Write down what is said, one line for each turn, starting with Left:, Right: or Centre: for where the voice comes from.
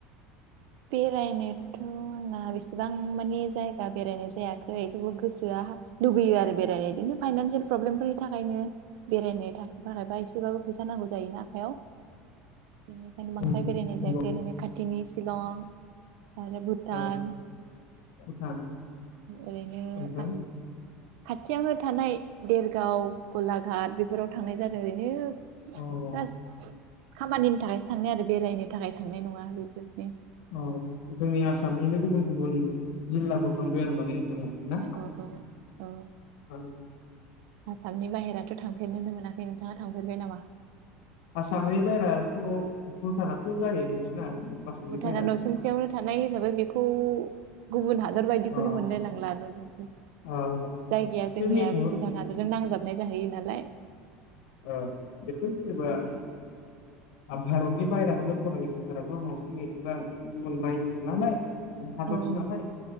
Right: बेरायनोथ' आंना बेसेबां माने जायगा बेरायनाय जायाखै थेवबो गोसोआ हा लुगैयो आरो बेरायनो इदिनो फाइनान्सियेल प्रब्लेमफोरनि थाखायनो बेरायनो था-थाखायबा एसेबाबो फैसा नांगौ जायोना याव बेनिखायनो बांद्राय
Left: उम
Right: बेरायनाय
Left: नंगौ
Right: जायाखै ओरैनो खाथ दिनि सिलङाव उम। आरो भुटान
Left: औ भुटान
Right: ओरैनो
Left: ओमफ्राय
Right: आस खाथियावनो थानाय देरगाव गलाघाट बेफोराव थांनाय जादों ओरैनो
Left: अ
Right: जास खामानिनि थाखायसो थांनाय आरो बेरायनो थाखाय थांनाय नङा बेफोरनि
Left: औ जोंनि आसामनिनो गुबुन गुबुन जिल्लाफोराव थांबाय आरो माने। औ ना
Right: औ औ औ
Left: आं
Right: आसामनि बाहेराथ' थांफेरनोनो मोनाखै नोंथाङा थांफेरबाय नामा
Left: आसामनि बाहेराथ' भुटानाथ' जायो। आसामनि
Right: भुटाना
Left: बायेरा
Right: नसुंसेयावनो थानाय हिसाबै बेखौ गुबुन हादर बायदिखौनो
Left: अ
Right: मोनलायलांला जायगाया
Left: अ
Right: जोंनिया
Left: बे मेघाल ओ
Right: भुटान हादरजों नांजाब नाय जाहैयो नालाय।
Left: ओ बेखौ जेनेबा
Right: बेनि
Left: आ भारतनि बायराखौनो बुंनांगोन भुटानाथ हारसिं एक्स्रा गुबुन रायजोसो नालाय हादरसो
Right: औ
Left: नालाय